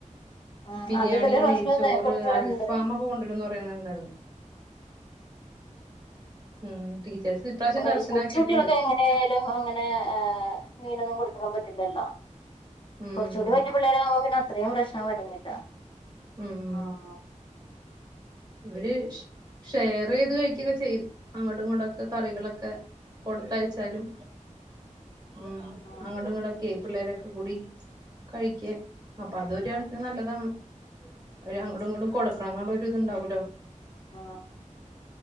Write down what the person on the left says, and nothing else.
ആഹ്
അത് ഇവരുടെ ക്ലാസ്സിലൊക്കെ
കൊടുത്തിടുന്നുണ്ട്
ഈ കൊച്ചുകുട്ടികളൊക്കെ എങ്ങനെ ആയാലും അങ്ങനെ മീനൊന്നും കൊടു.. അത്രേൻ പറ്റില്ലല്ലോ
കുറച്ചൂടി വല്യ പിള്ളേരാവുമ്പം പിന്നെ അത്രയും പ്രശ്നം വരുന്നില്ലാ
ആ അ
ആഹ്
ആ